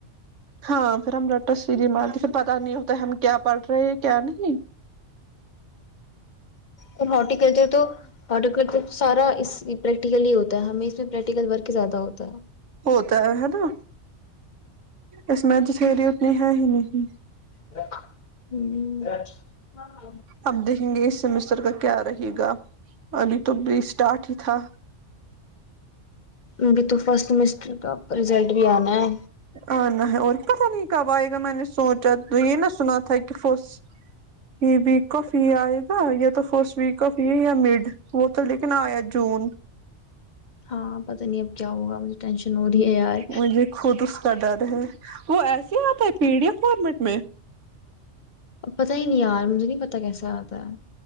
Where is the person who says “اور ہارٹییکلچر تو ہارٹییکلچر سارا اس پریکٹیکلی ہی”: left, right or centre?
Left